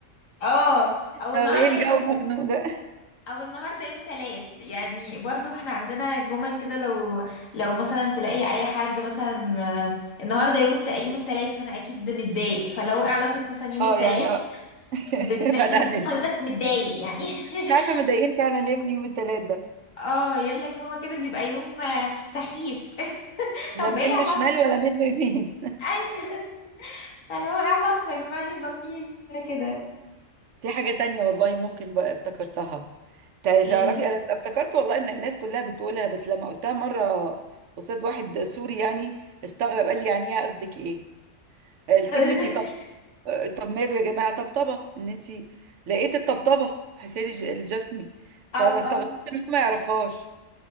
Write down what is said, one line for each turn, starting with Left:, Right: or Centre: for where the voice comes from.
Left: اه او
Right: طب
Left: النهارده
Right: ايه الجو
Left: يوم
Right: مخنوق ده <laughs>
Left: او النهارده يوم تلات يعني برضو احنا عندنا جمل كده لو لو مثلا تلاقي اي حد مثلا آه، النهارده يوم الت... يوم التلات فانا اكيد متضايق فلو ايه علاقه مثلا يوم
Right: اه
Left: التلات
Right: يعني اه <laughs>
Left: بنحب
Right: ابعد
Left: ان
Right: عن
Left: انت
Right: ال-
Left: حضرتك متضايق يعني
Right: <laughs> مش عارفة
Left: <laughs>
Right: متضايقين فعلا ليه من يوم التلات ده
Left: اه يقول لك هو كده بيبقى يوم آه، سخيف <laughs>
Right: لا
Left: طب
Right: منه
Left: ايه علاقته
Right: شمال ولا منه يمين
Left: ايوه فلو ايه علاقته يا جماعه ليه ظالمين اليوم ده كده
Right: <laughs> في حاجة تانية والله ممكن بقى افتكرتها تع-
Left: ايه
Right: تعرفي انا افتكرت والله ان الناس كلها بتقولها بس لما قلتها مرة قصاد واحد سوري يعني استغرب قال لي يعني ايه قصدك ايه آه، الكلمة
Left: <laughs>
Right: يطبطب. آه، طب ماله يا جماعه طبطبه ان انت لقيت الطبطبه حسين الج- الجسمي فانا
Left: اه
Right: استغربت
Left: اه
Right: ان هو ما يعرفهاش